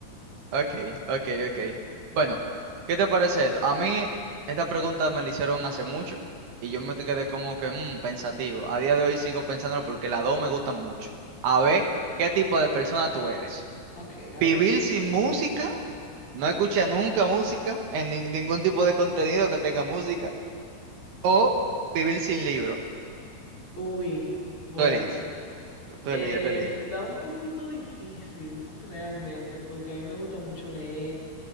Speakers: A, on the right (about 75°); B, on the left (about 30°).
A: Ok, ok, ok. Bueno, ¿qué te parece esto? A mí esta pregunta me la hicieron hace mucho y yo me te quedé como que mm, pensativo. A día de hoy sigo pensándolo porque las dos me gustan mucho. A ver, ¿qué tipo de persona tú eres?
B: Ok, a
A: ¿Vivir
B: ver.
A: sin música? No escucha nunca música en nin- ningún tipo de contenido que tenga música. O vivir sin libro.
B: Uy, bueno.
A: Tú eliges, tú
B: Eh,
A: eliges, tú eliges.
B: está un poquito difícil realmente, porque a mí me gusta mucho leer,